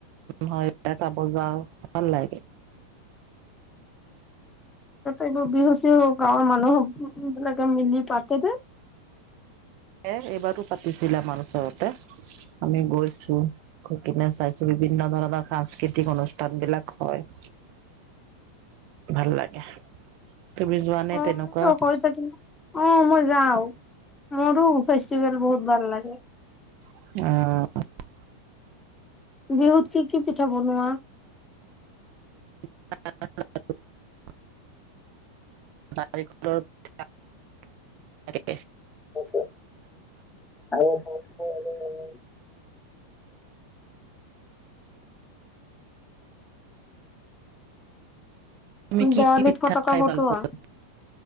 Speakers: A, on the right; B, on the left.
A: হয় চাব যাওঁ ভাল লাগে।
B: এইবোৰ বিহু চিহু গাঁৱৰ মানুহ বিলাকে মিলি পাতে যে
A: এ এইবাৰো পাতিছিলে আমাৰ ওচৰতে। আমি গৈছো গৈ কিনে চাইছো বিভিন্ন ধৰণৰ সাংস্কৃতিক অনুষ্ঠান বিলাক হয় ভাল লাগে তুমি যোৱা নে
B: অ',
A: তেনেকুৱা
B: এনে হৈ থাকিলে, অ', মই যাওঁ মোৰো ফেষ্টিভেল বহুত ভাল লাগে।
A: অ',
B: বিহুত কি কি পিঠা বনোৱা?
A: <inaudible> নাৰিকলৰ পিঠা <unintelligible>
B: আৰু <inaudible>
A: তুমি কি
B: দেৱালীত
A: পিঠা
B: ফটকা
A: খাই
B: ফটোৱা?
A: ভাল পোৱা?